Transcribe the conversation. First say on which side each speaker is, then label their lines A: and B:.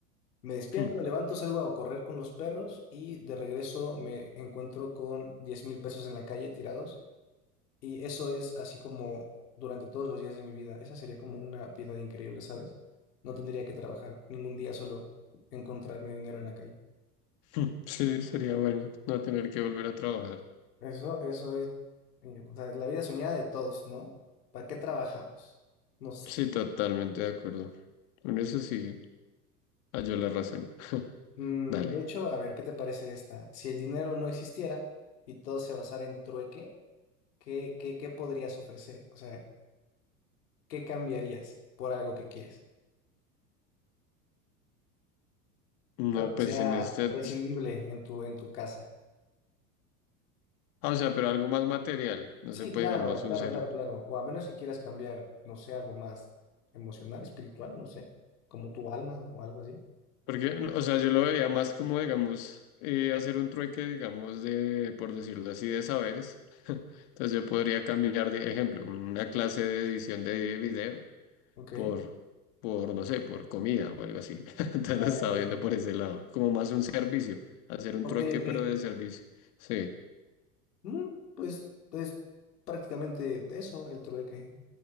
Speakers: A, on the left; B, on the left.
A: Me despierto,
B: <laughs> Hmm,
A: me levanto, salgo a correr con los perros y de regreso me encuentro con diez mil pesos en la calle tirados. Y eso es así como durante todos los días de mi vida. Esa sería como una vida increíble, ¿sabes? No tendría que trabajar ningún día, solo encontrarme dinero en la calle.
B: hmm, Sí, sería bueno no tener que volver a trabajar.
A: Eso, eso es, eh, o sea, es la vida soñada de todos, ¿no? ¿Para qué trabajamos? No sé.
B: Sí, totalmente de acuerdo. Con eso sí, halló la razón. <laughs>
A: Mm,
B: Dale.
A: de hecho, a ver, ¿qué te parece esta? Si el dinero no existiera y todo se basara en trueque, ¿qué, qué, qué podrías ofrecer? O sea, ¿qué cambiarías por algo que quieres?
B: No,
A: Algo que
B: pues
A: sea
B: en este...
A: prescindible
B: es-
A: en tu, en tu casa.
B: Ah, o sea, pero algo más material. No
A: Sí,
B: se puede,
A: claro,
B: digamos,
A: claro,
B: un ser...
A: claro, claro. O a menos que quieras cambiar, no sé, algo más emocional, espiritual, no sé, como tu alma o algo así.
B: Porque, o sea, yo lo veía más como, digamos, eh, hacer un trueque, digamos, de, por decirlo así, de saberes. Entonces yo podría cambiar, de ejemplo, una clase de edición de video
A: Ok.
B: por, por, no sé, por comida o algo así. <laughs> Entonces
A: Ya,
B: lo estaba
A: eh,
B: viendo por ese lado. Como más un servicio. Hacer un
A: ok,
B: trueque,
A: ok.
B: pero de servicio. Sí.
A: Mm, pues, pues prácticamente eso, el trueque.